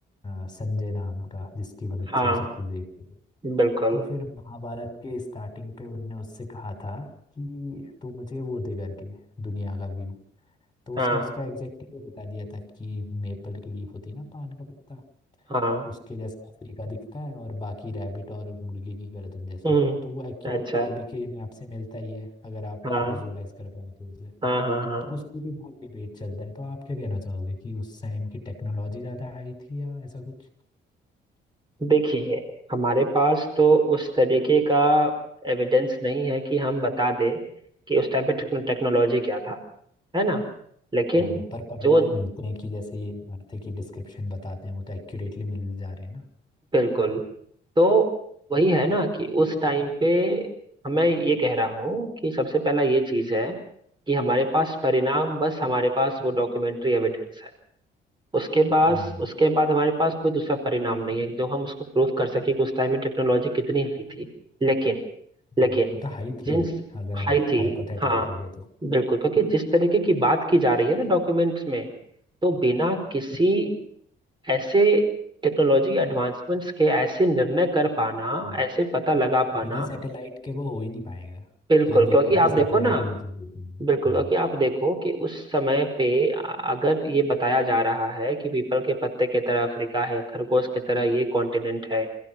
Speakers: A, on the left; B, on the right.
A: अ, संजय नाम का जिसकी मदद
B: हाँ
A: से वो सब कुछ देखते थे
B: बिल्कुल
A: तो फिर महाभारत के स्टार्टिंग पे उनने उससे कहा था कि तू मुझे वो दे करके दुनिया का व्यू तो उसने
B: हाँ
A: उसका एग्जैक्टली वो बता दिया था कि मेपल की लीफ होती है ना पान का पत्ता
B: हाँ
A: उसके जैसा अफ्रीका दिखता है और बाकी रैबिट और मुर्गे की गर्दन जैसा
B: हम्म
A: तो वो एक्यूरेटली
B: अच्छा
A: अभी के मैप से मिलता ही है अगर आप
B: हाँ
A: विजुअलाइज कर पाओ तो उसे
B: हाँ हाँ हाँ
A: तो उस पर भी बहुत डिबेट चलता है तो आप क्या कहना चाहोगे कि उस टाइम की टेक्नोलॉजी ज़्यादा हाई थी या ऐसा कुछ
B: देखिए हमारे पास तो उस तरीके का एविडेंस नहीं है कि हम बता दें कि उस टाइम पे टेक्नोलॉजी क्या था है ना लेकिन
A: हम्म, पर प्रमाण
B: जो
A: मिलते हैं कि जैसे ये इमारतें की डिस्क्रिप्शन बताते हैं वो तो एक्यूरेटली मिल जा रहे हैं ना
B: बिल्कुल तो वही है ना कि उस टाइम पे हमें ये कह रहा हूँ कि सबसे पहला ये चीज़ है कि हमारे पास परिणाम बस हमारे पास वो डॉक्यूमेंट्री एविडेंस है उसके बाद
A: हम्म
B: उसके बाद हमारे पास कोई दूसरा परिणाम नहीं है जो हम उसको प्रूव कर सके कि उस टाइम में टेक्नोलॉजी कितनी हाई थी लेकिन
A: हम्म,
B: लेकिन
A: मतलब हाई थी
B: जींस
A: अगर हम
B: हाई थी
A: हाइपोथेटिकल
B: हाँ
A: देखें तो
B: बिल्कुल क्योंकि जिस तरीके की बात की जा रही है ना डॉक्यूमेंट्स में तो बिना किसी ऐसे टेक्नोलॉजी एडवांसमेंट्स के ऐसे निर्णय कर पाना
A: हम्म,
B: ऐसे पता लगा पाना
A: बिना सैटेलाइट के वो हो ही नहीं पाएगा
B: बिल्कुल
A: क्योंकि अभी
B: क्योंकि
A: अभी
B: आप
A: सैटेलाइट
B: देखो ना
A: इमेजेस देती हैं
B: बिल्कुल
A: हम्म,
B: क्योंकि आप देखो कि उस समय पे अगर ये बताया जा रहा है कि पीपल के पत्ते की तरह अफ्रीका है खरगोश की तरह ये कॉन्टिनेंट है